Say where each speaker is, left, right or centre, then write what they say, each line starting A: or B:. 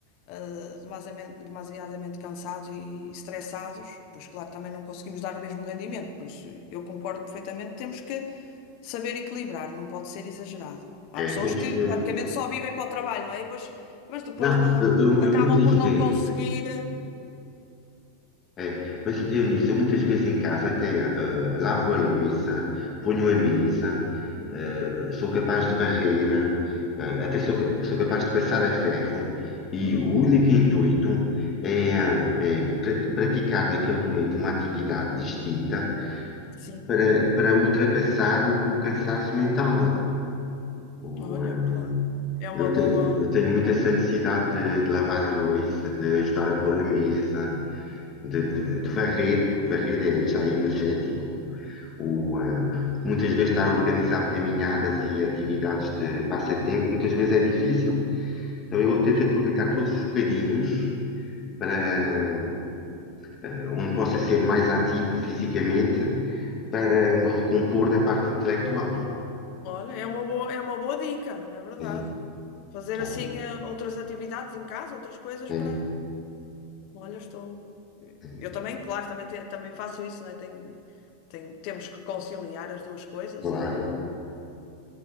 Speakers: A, on the left (about 35°); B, on the left (about 20°).
A: ah, demasiadamente, demasiadamente cansados e estressados, pois claro, também não conseguimos dar o mesmo rendimento, por isso eu concordo perfeitamente, temos que saber equilibrar, não pode ser exagerado. Há
B: é,
A: pessoas
B: temos
A: que
B: que
A: praticamente só vivem para o trabalho, não é? E depois, mas depois
B: não,
A: não
B: eu, eu,
A: acabam
B: eu muitas
A: por
B: vezes
A: não conseguir.
B: É, mas Eunice, eu muitas vezes em casa até eh, lavo a louça, ponho a mesa, eh, sou capaz de varrer, eh, até sou, ca- sou capaz de passar a ferro e
A: Uhum.
B: o único intuito é, ah, é pra- praticar naquele momento uma atividade distinta
A: Sim,
B: para, para ultrapassar o, o cansaço mental. O,
A: olha,
B: eh,
A: é verdade. É uma
B: eu,
A: boa.
B: tenho, eu tenho muito essa necessidade de, de lavar a louça, de ajudar a pôr a mesa, de, de- varrer, porque varrer é já
A: Sim,
B: é energético. O, ah, muitas vezes estar a organizar caminhadas e atividades de passatempo, muitas vezes é difícil. Então eu
A: Pois.
B: tento aproveitar todos os bocadinhos para ah, onde possa ser mais ativo fisicamente para me recompor da parte intelectual.
A: olha, é uma boa, é uma boa dica, é verdade.
B: É,
A: Fazer
B: é,
A: assim eh, outras atividades em casa, outras coisas
B: é,
A: para. Olha, estou.
B: é,
A: Eu também, claro, também, te- também faço isso, né? Tem, tem, temos que conciliar as duas coisas
B: claro.
A: e,